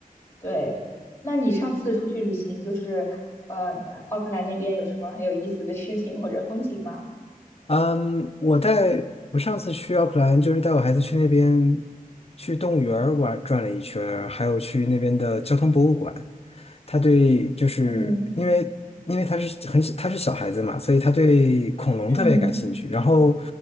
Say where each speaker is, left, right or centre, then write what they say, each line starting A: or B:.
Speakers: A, on the left; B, on the left.
A: 对，那你上次出去旅行，就是呃奥克兰那边有什么很有意思的事情或者风景吗？
B: 嗯，我带我上次去奥克兰，就是带我孩子去那边去动物园儿玩转了一圈儿还有去那边的交通博物馆。他对就是因为因为他是很他是小孩子嘛，
A: 嗯
B: 所以他对恐龙特别感兴趣。
A: 嗯。
B: 然后，